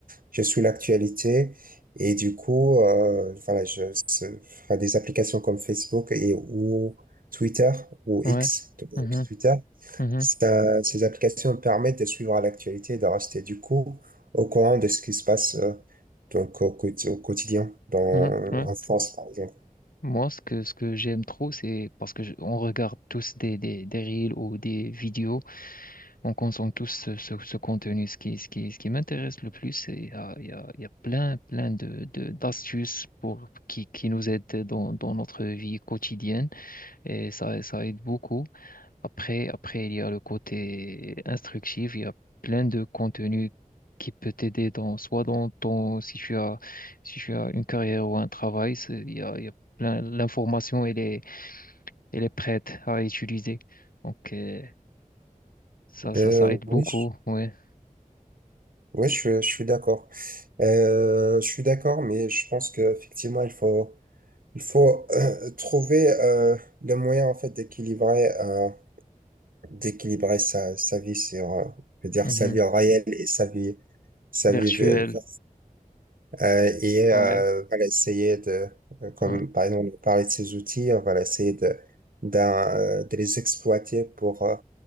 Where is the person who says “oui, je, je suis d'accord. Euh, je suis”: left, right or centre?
Right